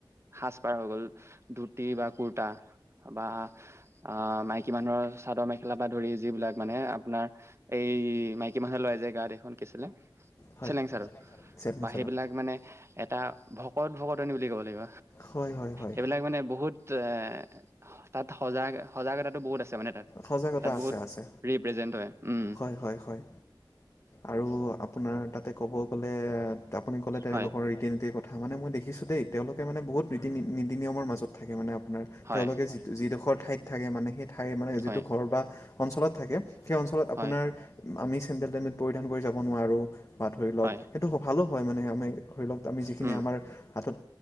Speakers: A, on the right (about 35°); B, on the left (about 40°).
A: সাজ পাৰ হৈ গ'ল ধুতি বা কুৰ্তা বা আহ মাইকী মানুহৰ চাদৰ মেখেলা পা ধৰি যিবিলাক মানে আপোনাৰ এই মাইকী মানুহে লৈ যে গাত এইখন কি আছিলে
B: হয়
A: চেলেং চাদৰ
B: চেলেং
A: বা
B: চাদৰ
A: সেইবিলাক মানে এটা ভকত ভকতনী বুলি ক'ব লাগিব
B: হয় হয় হয়
A: সেইবিলাক মানে বহুত এ তাত সজাগ সজাগতাটো বহুত আছে মানে
B: সজাগতা
A: তাত
B: আছে
A: বহুত
B: আছে
A: ৰিপ্ৰেজেন্ট হয় উম
B: হয় হয় হয় আৰু আপোনাৰ তাতে ক'ব গ'লে আপুনি ক'লে তেওঁলোকৰ
A: হয়
B: ৰীতিনিতি কথা মানে মই দেখিছোঁ দেই তেওঁলোকে মানে বহুত নীতি নীতি নিয়মৰ মাজত থাকে মানে আপোনাৰ
A: হয়
B: তেওঁলোকে যি যিডোখৰ ঠাইত থাকে মানে সেই ঠাই মানে
A: হয়
B: যিটো ঘৰ বা অঞ্চলত থাকে সেই অঞ্চলত আপোনাৰ
A: হয়
B: আমি চেণ্ডেল টেন্দেল পৰিধান কৰি যাব নোৱাৰোঁ বা ধৰি লওক
A: হয়
B: ভালো হয় মানে, আমি ধৰি লওক আমি যিখিনি
A: উম
B: আমাৰ- হাত'ত